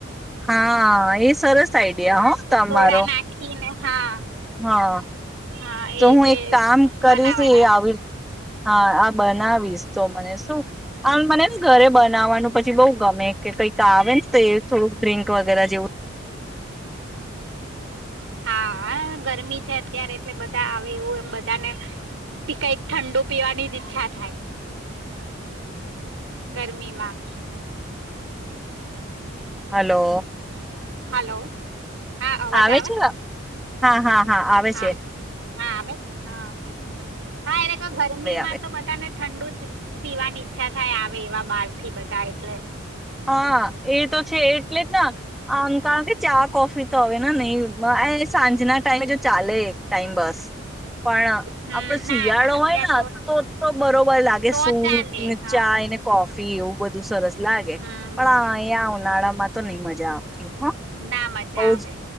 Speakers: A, in the centre; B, on the right.
A: હા એ સરસ આઈડિયા હો
B: એક
A: તમારો
B: તોળ નાખીને, હા.
A: હા
B: હા એ
A: તો
B: રીતે
A: હું એક કામ કરીશ
B: બનાવાયને
A: એ આવી હા આ બનાવીશ તો મને શું આમ મનેને ઘરે બનાવવાનું પછી બઉ ગમે કે કઈક આવે ને તો થોડુંક ડ્રિંક વગેરે જેવું
B: હા ગરમી છે અત્યારે એટલે બધા આવે એવું એમ બધાને કઈક ઠંડુ પીવાની જ ઈચ્છા થાય ગરમીમાં
A: હલો
B: હલો હા અવાજ
A: આવે છે હા હા આવે
B: હા
A: છે
B: હા આવે હા હા એ ગરમીમાં
A: હવે આવે
B: તો બધાને ઠંડુ જ પીવાની ઈચ્છા થાય આવે એવા બાર થી બધા એટલે
A: હા એ તો છે એટલે જ ના આમ કારણ કે ચા કોફી તો હવે ને નહી એ સાંજના ટાઈમે જો ચાલે એક ટાઈમ બસ પણ
B: હમ
A: આપડો શિયાળો
B: ના ના અત્યાર
A: હોય ને તો તો બરોબર લાગે
B: તો
A: સૂપ
B: ચાલે
A: ને
B: હા
A: ચાય ને કોફ ફી એવું બધું સરસ લાગે
B: હમ
A: પણ એયા ઉનાળામાં તો નઈ મજા આવતી હ
B: ના મજા
A: બઉ
B: આવે
A: જ